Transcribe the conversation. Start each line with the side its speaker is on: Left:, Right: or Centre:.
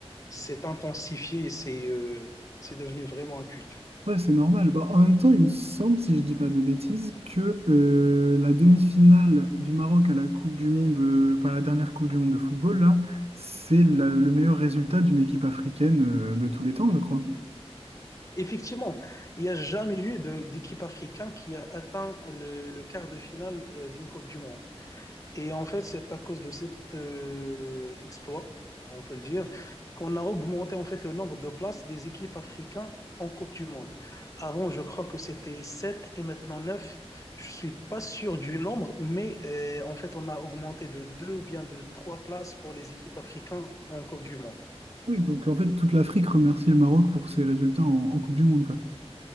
Left: s'est intensifié, et c'est euh, c'est devenu vraiment un culte.
Right: Ouais, c'est normal. Bah, en même temps, il me semble, si je dis pas de bêtises, que euh, la demi-finale du Maroc à la Coupe du Monde, euh, enfin la dernière Coupe du Monde de football, là, c'est la- le meilleur résultat d'une équipe africaine euh, de tous les temps, je crois.
Left: Effectivement, il n'y a jamais eu de- d'équipe africaine qui a atteint le, le quart de finale euh, d'une Coupe du Monde. Et en fait, c'est à cause de cet euh, exploit, on peut le dire, qu'on a augmenté en fait le nombre de places des équipes africaines en Coupe du Monde. Avant, je crois que c'était 7 et maintenant 9. Je suis pas sûr du nombre, mais euh, en fait, on a augmenté de 2, ou bien de 3 places pour les équipes africaines en Coupe du Monde.
Right: Oui, donc en fait, toute l'Afrique remercie le Maroc pour ses résultats en, en Coupe du Monde, quoi.